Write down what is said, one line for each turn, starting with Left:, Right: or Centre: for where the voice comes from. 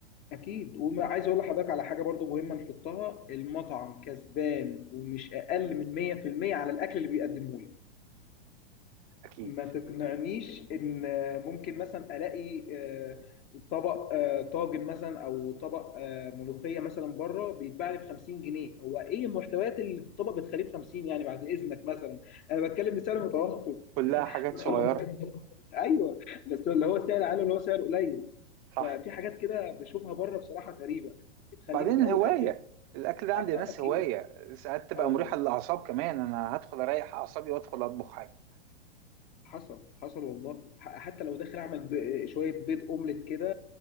Left: اكيد وعايز اقول لحضرتك على حاجه برضو مهمه نحطها المطعم كسبان ومش اقل من 100% على الاكل اللي بيقدمه لك
Right: اكيد
Left: ما تقنعنيش ان ممكن مثلا الاقي آه، طبق آه، طاجن مثلا او طبق آه، ملوخيه مثلا بره بيتباع لي ب 50 جنيه هو ايه المحتويات اللي في الطبق بتخليه ب 50 يعني بعد اذنك مثلا انا بتكلم بسعر متوسط
Right: كلها
Left: <laughs>
Right: حاجات صغيرة
Left: ايوه بس اللي هو سعر عالي اللي هو سعر قليل
Right: صح
Left: في حاجات كده بشوفها بره بصراحه غريبه بتخليني
Right: بعدين
Left: في الاول
Right: الهواية
Left: والاخر
Right: الاكل ده عند
Left: آه،
Right: ناس
Left: اكيد
Right: هواية ساعات تبقى
Left: اه والله
Right: مريحة للاعصاب كمان انا هدخل اريح اعصابي وادخل اطبخ حاجة
Left: حصل حصل والله ح- حتى لو داخل اعمل ب- شويه بيض اومليت كده